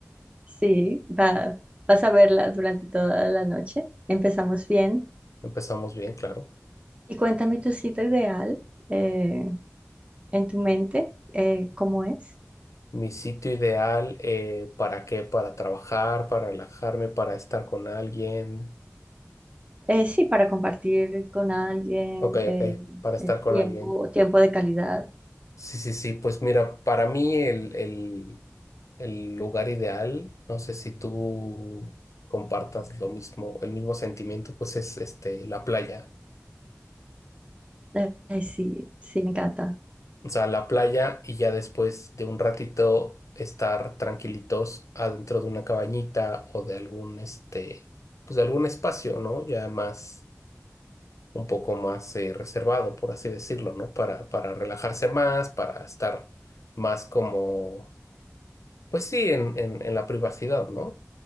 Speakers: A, on the right; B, on the left.
A: Sí, va, vas a verla durante toda la noche. Empezamos bien.
B: Empezamos bien, claro.
A: Y cuéntame tu cita ideal eh, en tu mente, eh, ¿cómo es?
B: Mi sitio ideal, eh, ¿para qué? Para trabajar, para relajarme, para estar con alguien.
A: Eh, sí, para compartir con alguien
B: Ok,
A: eh,
B: ok, para estar
A: el
B: con
A: tiempo,
B: alguien.
A: tiempo de calidad.
B: Sí, sí, sí, pues mira, para mí el el el lugar ideal, no sé si tú compartas lo mismo, el mismo sentimiento, pues es este la playa.
A: Eh, eh, sí, sí, me encanta.
B: O sea, la playa y ya después de un ratito estar tranquilitos adentro de una cabañita o de algún este, pues de algún espacio, ¿no? Ya más, un poco más eh, reservado, por así decirlo, ¿no? Para, para relajarse más, para estar más como, pues sí, en, en, en la privacidad, ¿no?